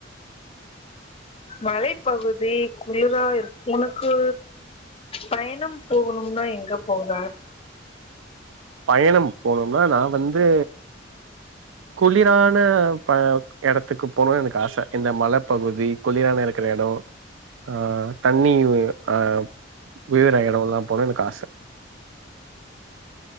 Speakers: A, on the left (about 30°); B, on the right (about 80°).
A: மலைப்பகுதி குளிரா இருக் உனக்கு பயணம் போகணும்னா எங்க போவ <inaudible>
B: பயணம் போணும்னா நா வந்து குளிரான ப எடத்துக்கு போணுனு எனக்கு ஆச இந்த மலப்பகுதி குளிரான இருக்ற எடோ ஆ தண்ணி ஆ வீழ்ற எடோலா போணு எனக்கு ஆச